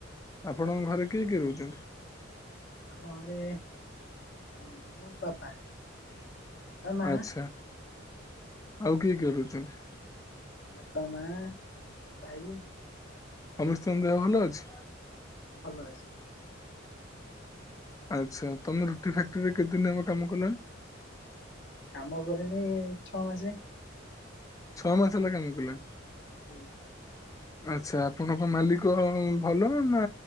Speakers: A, on the left; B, on the left.
A: ଆପଣଙ୍କ ଘରେ କିଏ କିଏ ରହୁଛନ୍ତି?
B: ଆମ ଘରେ ଅ ମୁଁ ବାପା। ବା ମା
A: ଆଚ୍ଛା ଆଉ କିଏ କିଏ ରହୁଛନ୍ତି?
B: ବାପା ମା ଭାଇ।
A: ସମସ୍ତଙ୍କ ଦେହ ଭଲ ଅଛି?
B: ଭଲ ଅଛି।
A: ଆଚ୍ଛା ତମେ ରୁଟି ଫ୍ୟାକ୍ଟ୍ରିରେ କେତେଦିନ ହବ କାମ କଲଣି?
B: କାମ କରିନି ଛଅ ମାସେ।
A: ଛଅ ମାସ ହେଲା କାମ କଲଣି?
B: ଆଜ୍ଞା।
A: ଆଚ୍ଛା ଆପଣଙ୍କ ମାଲିକ ଭଲ ନା